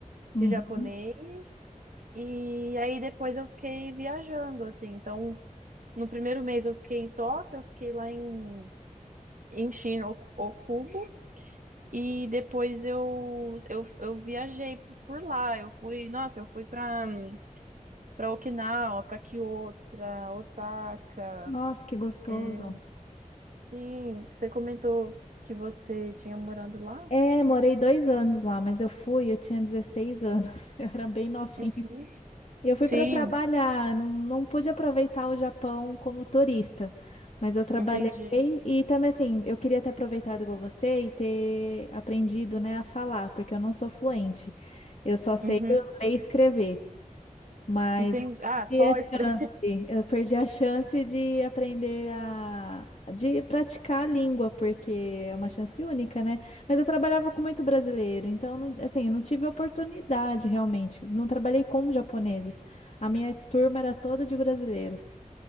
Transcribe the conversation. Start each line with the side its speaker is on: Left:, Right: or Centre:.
Left: Uhum.
Right: de japonês. E aí depois eu fiquei viajando, assim. Então, no primeiro mês eu fiquei em Tóquio, eu fiquei lá em, em Shin, Ok- Oku, e depois eu, eu, eu viajei por lá. Eu fui, nossa, eu fui pra, pra Okinawa, pra Kyoto, pra Osaka.
Left: Nossa, que gostoso.
Right: É, Sim, você comentou que você tinha morando lá?
Left: É, morei dois anos lá, mas eu fui, eu tinha 16 anos, <laughs> eu era bem novinha.
Right: Uhum.
Left: Eu
Right: Sim,
Left: fui para trabalhar, não, não pude aproveitar o Japão como turista, mas eu trabalhei
Right: entendi.
Left: e também assim, eu queria ter aproveitado igual você e ter aprendido, né, a falar, porque eu não sou fluente. Eu só sei
Right: Uhum,
Left: ler e escrever. Mas
Right: entendi.
Left: eu
Right: Ah, só
Left: perdi a
Right: escrever.
Left: chance.
Right: <laughs>
Left: Eu perdi a chance de aprender a de praticar a língua, porque é uma chance única, né? Mas eu trabalhava com muito brasileiro, então não- assim, eu não tive oportunidade realmente. Não trabalhei com japoneses. A minha turma era toda de brasileiros.